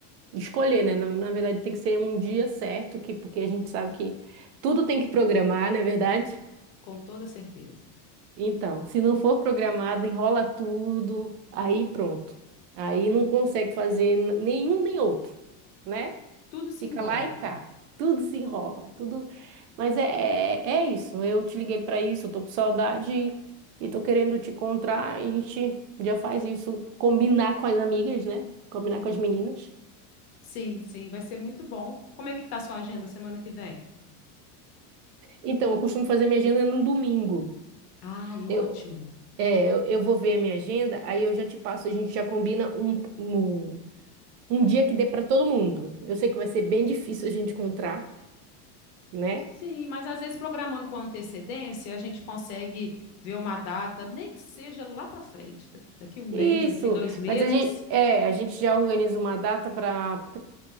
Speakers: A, on the right; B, on the left.
A: escolher, né? Na, na verdade, tem que ser um dia certo, que, porque a gente sabe que tudo tem que programar, não é verdade?
B: Com toda certeza.
A: Então, se não for programado, enrola tudo, aí pronto. Aí não consegue fazer n- nenhum nem outro, né?
B: Tudo se
A: Fica
B: embola.
A: lá e cá. Tudo se enrola, tudo. Mas é, é, é isso. Eu te liguei para isso, eu tô com saudade e e tô querendo te encontrar. A gente já faz isso, combinar com as amigas, né? Combinar com as meninas.
B: Sim, sim, vai ser muito bom. Como é que tá a sua agenda semana que vem?
A: Então, eu costumo fazer minha agenda no domingo.
B: Ai, ótimo.
A: Eu, é, eu eu vou ver a minha agenda, aí eu já te passo, a gente já combina um, um Um dia que dê para todo mundo. Eu sei que vai ser bem difícil a gente encontrar, né?
B: Sim, mas às vezes programando com antecedência, a gente consegue ver uma data, nem que seja lá para frente, da- daqui um mês,
A: Isso.
B: daqui dois meses,
A: Mas a gente, é, a gente já organiza uma data para